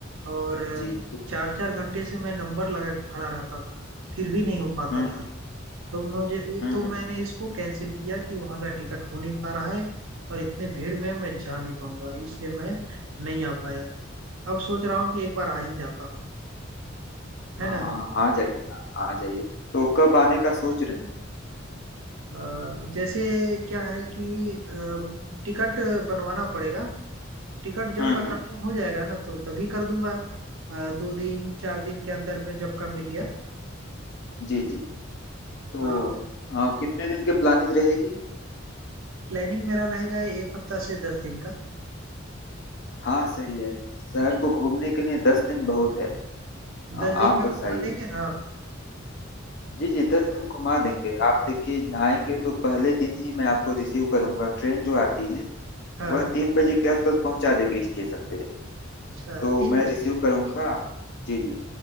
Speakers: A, on the right; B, on the left.
A: और
B: जी तो,
A: चार चार घंटे से मैं नंबर लगा के खड़ा रहता था फिर भी नहीं हो पाता
B: हम्म
A: था तो मुझे
B: हम्म
A: तो मैंने
B: हम्म
A: इसको कैंसिल किया कि वहां का टिकट हो नहीं पा रहा है और इतने भीड़ में मैं जा नहीं पाऊंगा इसलिए मैं नहीं आ पाया अब सोच रहा हूँ कि एक बार आ ही जाता हूँ है
B: हाँ
A: ना
B: हाँ आ जाइए आ जाइए तो कब आने का सोच रहे हैं
A: अ, जैसे क्या है कि अम, टिकट बनवाना पड़ेगा टिकट जब
B: हम्म
A: का कंफर्म
B: हम्म
A: हो जाएगा ना तो तभी कर दूंगा अ, दो दिन चार दिन के अंदर में जब का मिल गया
B: जी जी जी तो
A: अ, और
B: आ, कितने दिन की प्लानिंग रहेगी
A: प्लानिंग मेरा रहेगा एक हफ्ता से दस दिन का
B: हाँ सही है शहर को घूमने के लिए दस दिन बहुत है आ,
A: दस
B: आप
A: दिन में
B: बस
A: घुमा
B: आइए
A: देंगे ना आप
B: जी जी दस दिन घुमा देंगे आप देखिए आएंगे तो पहले दिन ही मैं आपको रिसीव करूंगा ट्रेन जो आती है
A: हाँ
B: वह तीन बजे के आसपास पहुंचा देगी स्टेशन पे
A: अच्छा
B: तो
A: तीन
B: मैं
A: बजे
B: रिसीव करूंगा जी जी